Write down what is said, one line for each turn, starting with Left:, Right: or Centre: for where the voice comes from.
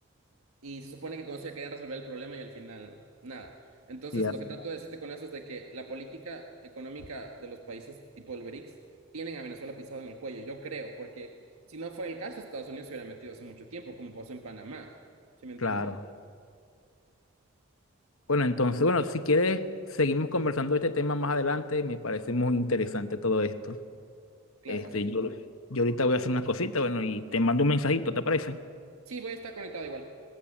Right: Y se supone que con eso ya querían resolver el problema y al final nada. Entonces,
Left: Sí, así,
Right: lo que trato de decirte con eso es de que la política económica de los países tipo el BRICS tienen a Venezuela pisado en el cuello, yo creo, porque si no fue el caso, Estados Unidos se hubiera metido hace mucho tiempo, como pasó en Panamá. ¿Sí me entiendes?
Left: claro. Bueno, entonces, bueno, si quieres, seguimos conversando de este tema más adelante. Me parece muy interesante todo esto.
Right: Claro
Left: Este,
Right: que sí.
Left: yo, yo ahorita voy a hacer unas cositas, bueno, y te mando un mensajito, ¿te parece?
Right: Sí, voy a estar conectado igual.